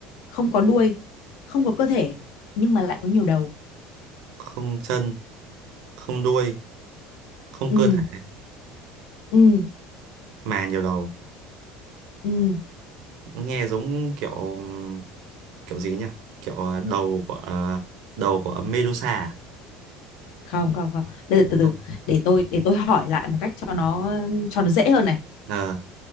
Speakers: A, on the left (about 65°); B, on the right (about 60°).
A: không có đuôi không có cơ thể nhưng mà lại có nhiều đầu
B: không chân không đuôi không
A: ừ
B: cơ thể
A: ừ
B: mà nhiều đầu
A: Ừ,
B: nghe giống kiểu kiểu gì nhỉ kiểu ờ, đầu của ờ, đầu của Medusa à?
A: không không không để từ từ
B: không
A: để tôi để tôi hỏi lại một cách cho nó cho nó dễ hơn này
B: Ờ,